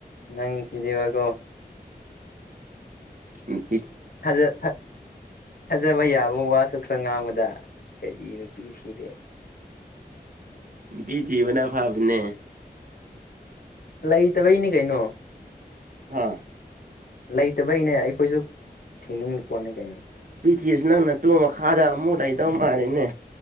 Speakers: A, on the left; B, on the right.
A: ꯅꯪꯁꯤꯗꯤꯕꯒꯣ
B: ꯎꯝ
A: ꯍꯖ ꯐꯖꯔꯩ ꯌꯥꯕ ꯋꯥꯁꯨ ꯈ ꯉꯥꯡꯕꯗ ꯀꯔꯤ ꯅꯨꯄꯤ ꯊꯔꯦ
B: ꯅꯨꯄꯤ ꯊꯤꯕꯥꯅꯥ ꯐꯥꯕꯅꯦ
A: ꯂꯩꯇꯕꯩꯅꯤ ꯀꯩꯅꯣ
B: ꯑꯥ
A: ꯂꯩꯇꯕꯩꯅꯦ ꯑꯩꯈꯣꯏꯁꯨ ꯊꯤꯅꯤꯡ ꯄꯅꯤ ꯀꯩꯅ
B: ꯇꯤꯁꯨ ꯅꯪꯅ ꯇꯨ ꯃꯈꯥꯗ ꯑꯃꯨꯛ ꯂꯩꯗꯧ ꯃꯥꯜꯂꯤꯅꯦ